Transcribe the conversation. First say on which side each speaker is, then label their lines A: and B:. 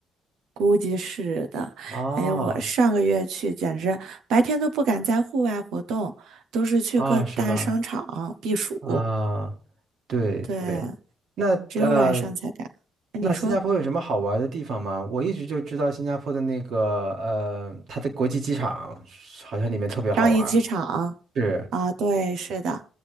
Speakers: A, on the right; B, on the right.
A: 估计是的。
B: 哦，
A: 哎呀，我上个月去，简直白天都不敢在户外活动，都是去各大商场避暑，
B: 哦，是吧？啊，对对，
A: 对，
B: 那呃。
A: 只有晚上才敢。那你说
B: 那新加坡有什么好玩的地方吗？我一直就知道新加坡的那个呃，它的国际机场好像里面特别好玩儿
A: 张掖机场
B: 是
A: 啊？对，是的，